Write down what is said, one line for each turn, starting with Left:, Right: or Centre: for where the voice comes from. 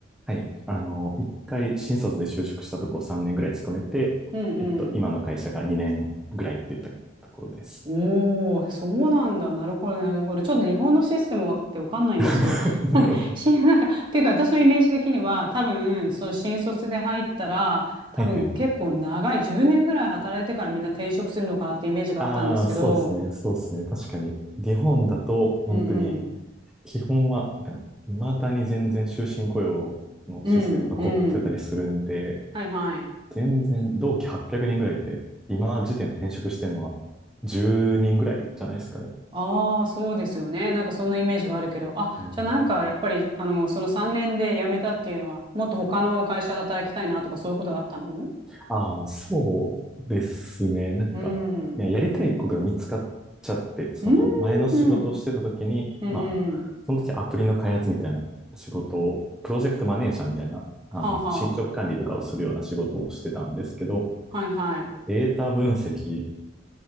Centre: はい。あの、1回新卒で就職したとこ3年ぐらい勤めて、
Right: うんうん。
Centre: えっと、今の会社が2年ぐらいって言ったところです。
Right: おお、そうなんだ。なるほど、なるほど。ちょっと日本のシステムってわかんないんですけど、
Centre: <laughs>
Right: <laughs> なんか、
Centre: なるほ
Right: し、<laughs> なんか、っていうか私のイメージ的には、多分、その新卒で入ったら、多分結構長い10年ぐらい働いてからみんな転職するのかなってイメージがあったんですけど、
Centre: はいはい。ああ、そうですね。そうですね。確かに。日本だと、本当に、
Right: うんうん。
Centre: 基本は、なんか、未だに全然終身雇用のシステム残ってたりするんで、
Right: うんうん。はいはい。
Centre: 全然、同期800人ぐらいって、今時点転職してるのは10人ぐらいじゃないですかね。
Right: ああ、そうですよね。なんかそんなイメージがあるけど、あ、
Centre: うん
Right: じゃあなんかやっぱり、あの、その3年で辞めたっていうのは、もっと他の会社で働きたいなとかそういうことがあったの
Centre: ああ、そうですね。なんか、
Right: うん。
Centre: いや、やりたいことが見つかっちゃって、その前の仕事をしてた時に、
Right: うん。うんうん。
Centre: まあ、その時アプリの開発みたいな仕事を、プロジェクトマネージャーみたいな、
Right: はあは
Centre: あの、進捗管理とかをするような仕事をしてたんですけど、
Right: あ。はいはい。
Centre: データ分析